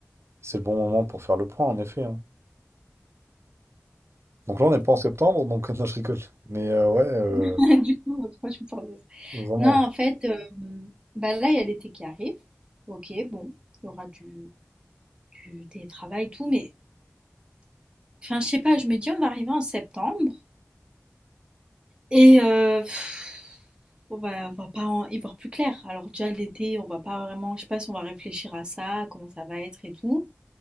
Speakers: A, on the right; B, on the right.
A: C'est le bon moment pour faire le point, en effet. hein. Donc là, on n'est pas en septembre, donc <laughs> non, je rigole. Mais euh, ouais, euh,
B: <laughs> Du coup, pourquoi tu me parles de ça?
A: vraiment.
B: Non, en fait, euh, bah là, il y a l'été qui arrive. Ok, bon, il y aura du, du télétravail, tout, mais enfin, je sais pas, je me dis, on va arriver en septembre et euh, pff, on va, on va pas en- y voir plus clair. Alors, déjà, l'été, on va pas vraiment, je sais pas si on va réfléchir à ça, comment ça va être et tout.